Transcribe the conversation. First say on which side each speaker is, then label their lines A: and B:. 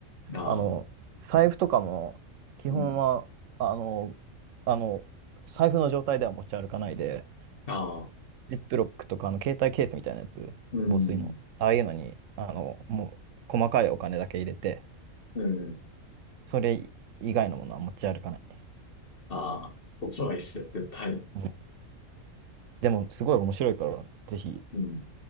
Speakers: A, on the left; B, on the right.
A: ん。ああ、
B: あの、財布とかも、基本は、
A: うん。
B: あの、あの、財布の状態では持ち歩かないで、
A: ああ、
B: ジップロックとか、あの、携帯ケースみたいなやつ、
A: うん。
B: 防水の。ああいうのに、あの、もう、細かいお金だけ入れて、
A: うん。
B: それ以外のものは持ち歩かない。
A: ああ、そっちの方がいいっすよ、絶対。
B: うん。でも、すごい面白いから、ぜひ、
A: うん。